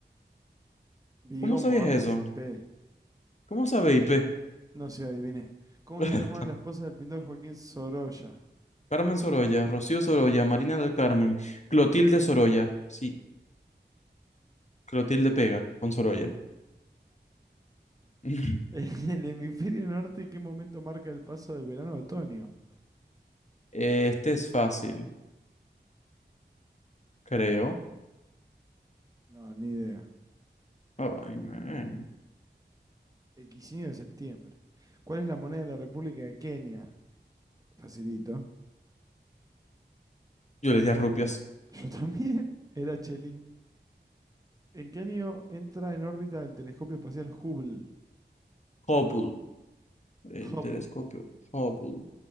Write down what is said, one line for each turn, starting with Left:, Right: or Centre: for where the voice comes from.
Right: Viggo
Left: ¿Cómo sabías
Right: Mortensen,
Left: eso?
Right: P.
Left: ¿Cómo sabe IP?
Right: No sé, adiviné. ¿Cómo
Left: <laughs>
Right: se llama la esposa del pintor Joaquín Sorolla?
Left: Carmen Sorolla, Rocío Sorolla, Marina del Carmen, Clotilde Sorolla. Sí, Clotilde pega con Sorolla. <laughs>
Right: <laughs> En el hemisferio norte, ¿qué momento marca el paso del verano a otoño?
Left: Este es fácil, creo.
Right: No, ni idea.
Left: Ay, man.
Right: El de septiembre. ¿Cuál es la moneda de la República de Kenia? Facilito.
Left: Yo le di a rupias.
Right: <laughs> Yo también. Era Chelín. ¿En qué año entra en órbita el telescopio espacial Hubble?
Left: Hopul. El
Right: Hubble.
Left: telescopio Hubble.